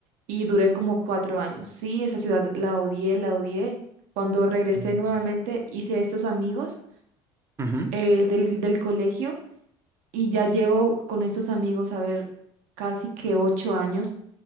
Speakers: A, on the right; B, on the right.
A: y duré como cuatro años. Sí, esa ciudad la odié, la odié. Cuando regresé
B: No,
A: nuevamente,
B: sí.
A: hice estos amigos
B: Ujú,
A: eh, del, del colegio y ya llevo con estos amigos, a ver, casi que ocho años.